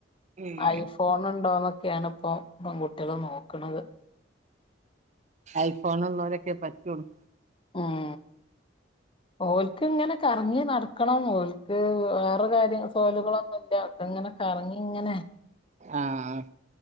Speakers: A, on the right (about 40°); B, on the left (about 30°).
A: ഉം
B: ഐഫോണൊണ്ടോന്നൊക് കേണപ്പൊ <unintelligible> ക്കളെ നോക്കണത്
A: ഐഫോണുള്ളോരൊക്കെ പറ്റുള്ളൂ
B: ഉം ഓൽക്ക് ങ്ങനെ കറങ്ങി നടക്കണം ഓൽക്ക് വേറെ കാര്യം സോലുകളൊന്നുംല്ല അവക്ക ങ്ങനെ കറങ്ങി ങ്ങനെ
A: ആഹ്